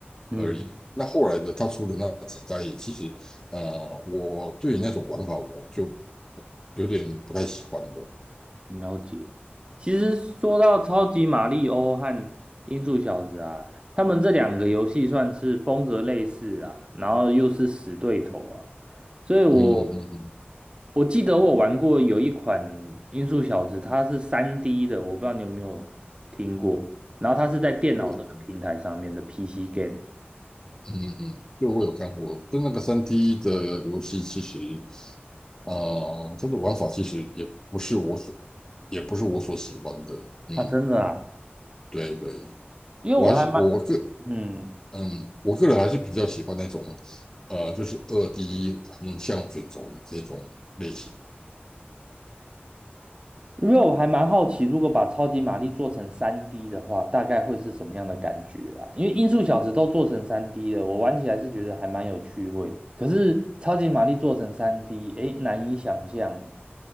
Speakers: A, on the right; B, on the left.
A: 嗯。
B: 而已。那后来的它出的那几代，其实呃，我对于那种玩法我就有点不太喜欢了。
A: 了解。其实说到超级马里欧和音速小子啊，他们这两个游戏算是风格类似啊，然后又是死对头啊，所以我
B: 嗯嗯嗯，
A: 我记得我玩过有一款音速小子，它是三 d 的，我不知道你有没有听过。然后它是在电脑这个平台上面的
B: 是
A: PC game
B: 嗯嗯，对我有看过，但那个三 d 的游戏其实，呃，它的玩法其实也不是我所，也不是我所喜欢的。嗯，
A: 啊，真的啊，
B: 对对，
A: 因为我还蛮
B: 我还是我个
A: 嗯，
B: 嗯，我个人还是比较喜欢那种呃，就是二 D 横向卷轴的这种类型。
A: 因为我还蛮好奇，如果把超级玛丽做成三 d 的话，大概会是什么样的感觉啊？因为音速小子都做成三 d 了，我玩起来是觉得还蛮有趣味。可是超级玛丽做成三 d 诶，难以想象诶。